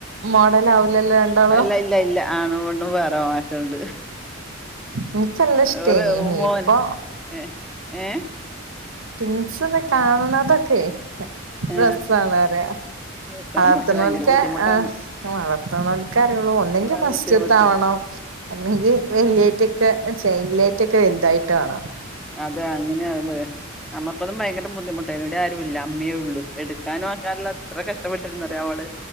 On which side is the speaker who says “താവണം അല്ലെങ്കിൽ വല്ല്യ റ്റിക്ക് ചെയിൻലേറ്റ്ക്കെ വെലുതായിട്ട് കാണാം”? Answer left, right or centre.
Right